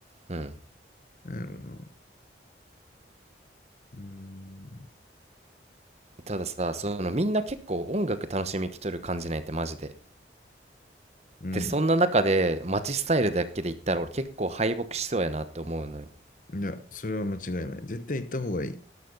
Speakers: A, on the right; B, on the left.
A: うん。
B: なんやろな。うーん。
A: たださ、そのみんな結構音楽楽しみきとる感じないってマジで。
B: うん。
A: で、そんな中で街スタイルだけで言ったら俺結構敗北しそうやなって思うのよ。
B: いや、それは間違いない。絶対行った方がいい。